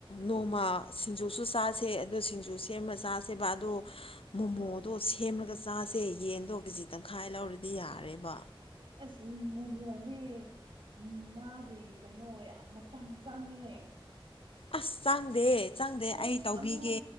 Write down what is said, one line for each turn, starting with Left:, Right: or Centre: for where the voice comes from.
Left: ꯅꯣꯡꯃ ꯁꯤꯡꯖꯨꯁꯨ ꯆꯥꯁꯦ ꯑꯗꯨ ꯁꯤꯡꯖꯨ ꯁꯦꯝꯔ ꯆꯥꯁꯦꯕ ꯑꯗꯣ ꯃꯣꯃꯣꯗꯣ ꯁꯦꯝꯂꯒ ꯆꯥꯁꯦ ꯌꯦꯟꯗꯣ ꯀꯦꯖꯤ ꯇꯪꯈꯥꯏ ꯂꯧꯔꯗꯤ ꯌꯥꯔꯦꯕ
Right: ꯑꯁ ꯃꯣꯃꯣꯗꯤ ꯎꯝ ꯃꯥꯒꯤ ꯀꯩꯅꯣ ꯌꯥꯝ ꯃꯇꯝ ꯆꯪꯉꯦ
Left: ꯑꯁ ꯆꯪꯗꯦ ꯆꯪꯗꯦ
Right: ꯑꯃꯨꯛ
Left: ꯑꯩ ꯇꯧꯕꯤꯒꯦ
Right: ꯑꯃꯨꯛ